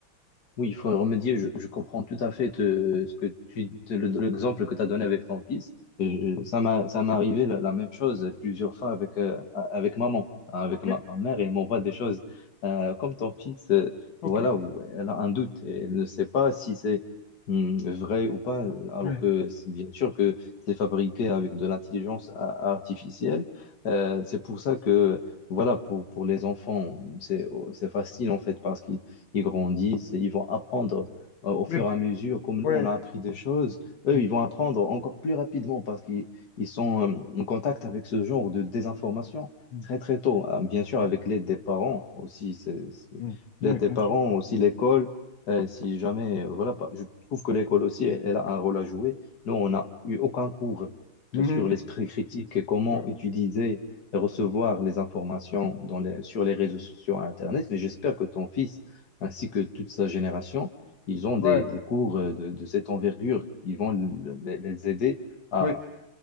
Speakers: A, on the left (about 50°); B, on the left (about 65°).
A: Oui, il faut y remédier. Je, je comprends tout à fait te- ce que tu, te- le- l'exemple que tu as donné avec ton fils. Je-
B: Mm.
A: je- ça m'a, ça m'est arrivé la, la même chose plusieurs fois avec, euh, a- avec maman, hein, avec
B: OK,
A: ma, ma mère. Elle m'envoie des choses euh, comme ton fils, euh,
B: OK,
A: voilà, où elle a un doute. et Elle ne sait pas si c'est hum, vrai ou pas, alors
B: ouais.
A: que c'est bien sûr que c'est fabriqué avec de l'intelligence a- artificielle. Euh, c'est pour ça que, voilà, pour, pour les enfants, c'est c'est facile en fait, parce que ils grandissent, et ils vont apprendre euh, au
B: Mais,
A: fur et à mesure, comme
B: ouais.
A: nous, on a appris des choses, eux,
B: Mm,
A: ils vont apprendre encore plus rapidement parce qu'ils ils sont euh, en contact avec ce genre de désinformation
B: mm,
A: très, très tôt. Ah, Bien sûr,
B: Ouais,
A: avec l'aide des parents aussi, c'est- c'est-
B: mm,
A: l'aide
B: ouais,
A: des
B: bien
A: parents,
B: sûr.
A: aussi l'école, euh, si jamais, euh, voilà, pas- je trouve que l'école aussi, elle, elle a un rôle à jouer. Nous, on n'a eu aucun cours
B: Mhm.
A: euh, sur l'esprit critique et comment
B: Ouais,
A: utiliser et recevoir les informations dans les- sur les réseaux sociaux et Internet, mais j'espère que ton fils ainsi que toute sa génération, ils ont des,
B: ouais,
A: des cours euh, de, de cette envergure qui vont le- le- les aider à,
B: ouais.